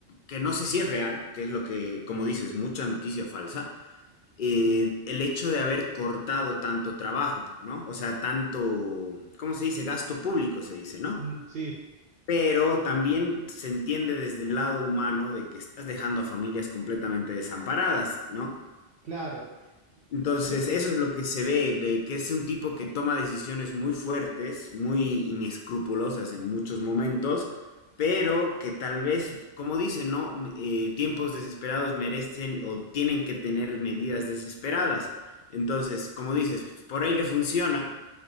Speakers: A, on the left; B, on the right.
A: Que no sé si es real, que es lo que, como dices, mucha noticia falsa, eh, el hecho de haber cortado tanto trabajo, ¿no? O sea, tanto, ¿cómo se dice? Gasto público se dice, ¿no?
B: Mm, sí,
A: Pero también se entiende desde el lado humano de que estás dejando a familias completamente desamparadas, ¿no?
B: claro.
A: Entonces,
B: Yo creo que,
A: eso es lo que se ve, le- que es un tipo que toma decisiones muy fuertes, muy inescrupulosas en muchos momentos, pero que tal vez, como dicen, ¿no? M- eh, tiempos desesperados merecen o tienen que tener medidas desesperadas. Entonces, como dices, por ahí le funciona,